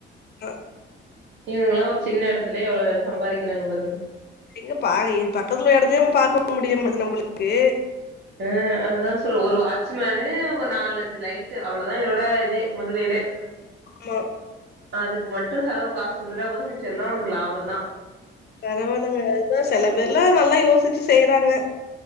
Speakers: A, on the left; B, on the right.
A: அ
B: இவனுங்கல்லா ஒரு சின்ன எடத்துலே இவ்ளோ சம்பாதிக்கிறாங்க பாருங்க
A: எங்கப்பா பக்கத்துல இருக்க எடத்தையே பாக்க முடிய மாட்டது நம்மளுக்கு
B: ஆ அதுதா சொல்ற ஒரு வாட்ச்மேனு ஒரு நாலஞ்சு லைட்டு அவ்வளோதா இதோட இதே முதலீடே <inaudible>
A: ஆமா
B: அதுக்கு மட்டு செலவுக்கு காசு குடுத்துட்டா போது மிச்ச எல்லா உனக்கு லாபொந்தா
A: பரவால்லங்க அதுதா செல பேர்லா நல்லா யோசிச்சு செய்றாங்க